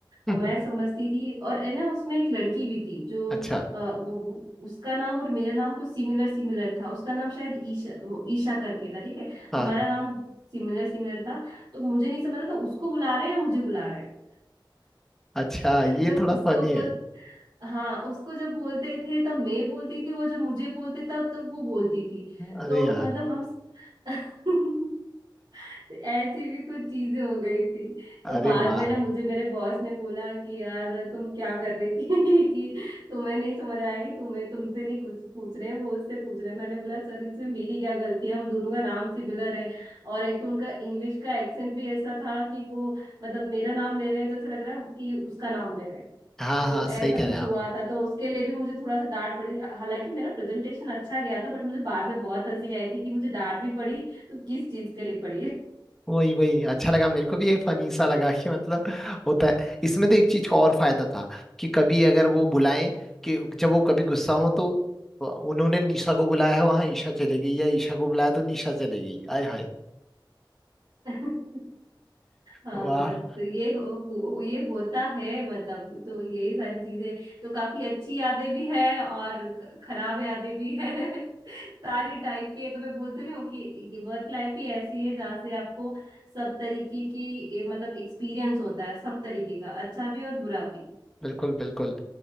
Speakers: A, in the centre; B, on the right.
A: <laughs>
B: और मैं समझती थी और है ना उसमें एक लड़की भी थी जो
A: अच्छा
B: अ, वो वो- उसका नाम और मेरा नाम कुछ सिमिलर सिमिलर था उसका नाम शायद ईशा वो ईशा करके था ठीक है
A: हाँ
B: हमारा नाम सिमिलर सिमिलर था तो मुझे नहीं समझ था उसको बुला रहे हैं या मुझे बुला रहे हैं
A: अच्छा ये
B: जब
A: थोड़ा
B: उसको
A: फनी
B: बोल
A: है
B: हाँ उसको जब बोलते थे तब मैं बोलती थी और जब मुझे बोलते तब तब वो बोलती थी
A: अरे
B: तो
A: यार
B: मतलब हम <laughs> ऐसी भी कुछ चीजें हो गई थी
A: अरे
B: तो बाद
A: वाह
B: में ना मुझे मेरे बॉस ने बोला कि यार तुम क्या कर रही थी <laughs> कि तुम्हें नहीं समझ आया कि तुम्हें तुमसे नहीं कुछ पूछ रहे हैं वो उससे पूछ रहे हैं मैंने बोला सर इसमें मेरी क्या गलती है हम दोनों का नाम सिमिलर है और एक तो उनका इंग्लिश का एक्सेंट भी ऐसा था कि वो मतलब मेरा नाम ले रहे हैं तो ऐसा लग रहा है कि उसका नाम ले रहे हैं
A: हाँ
B: तो
A: हाँ सही
B: ऐसा
A: कह
B: कुछ
A: रहे हैं
B: हुआ
A: आप
B: था तो उसके लिए भी मुझे थोड़ा सा डांट पड़ी हा- हालांकि मेरा प्रेजेंटेशन अच्छा गया था बट मुझे बाद में बहुत हंसी आई थी कि मुझे डांट भी पड़ी तो किस चीज के लिए पड़ी है
A: वही वही अच्छा लगा मेरे को भी ये फनी सा लगा कि मतलब होता है इसमें तो एक चीज का और फायदा था कि कभी अगर वो बुलाएं कि जब वो कभी गुस्सा हो तो उन्होंने निशा को बुलाया है वहां ईशा चले गई या ईशा को बुलाया तो निशा चले गई आय हाय
B: <laughs> हाँ
A: वाह
B: तो ये हो, हो, ये होता है मतलब तो यही सारी चीजें तो काफी अच्छी यादें भी है और ख- खराब यादें भी है <laughs> सारी टाइप की है तो मैं बोलती रही हूँ कि ये वर्क लाइफ ही ऐसी है जहाँ से आपको सब तरीके की ये मतलब एक्सपीरियंस होता है सब तरीके का अच्छा भी और बुरा भी
A: बिल्कुल बिल्कुल